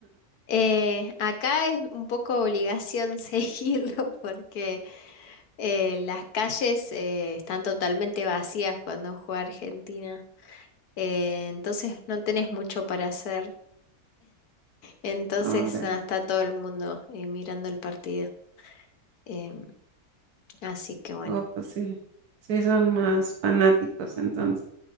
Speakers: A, on the left; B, on the right.
A: Eh, acá es un poco obligación <laughs> seguirlo porque eh, las calles eh, están totalmente vacías cuando juega Argentina. Eh, entonces no tenés mucho para hacer. Entonces
B: Órale.
A: ah, está todo el mundo eh, mirando el partido. Em, así que bueno,
B: Oh, pues sí. Sí son más fanáticos entonces.